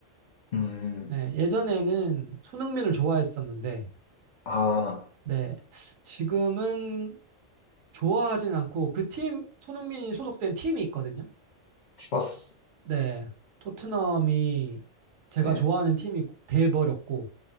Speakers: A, on the left (about 65°); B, on the right (about 85°).
A: 음,
B: 네, 예전에는 손흥민을 좋아했었는데
A: 아,
B: 네. 지금은 좋아하진 않고 그 팀, 손흥민이 소속된 팀이 있거든요.
A: 스퍼스.
B: 네, 토트넘이 제가
A: 네.
B: 좋아하는 팀이 돼버렸고,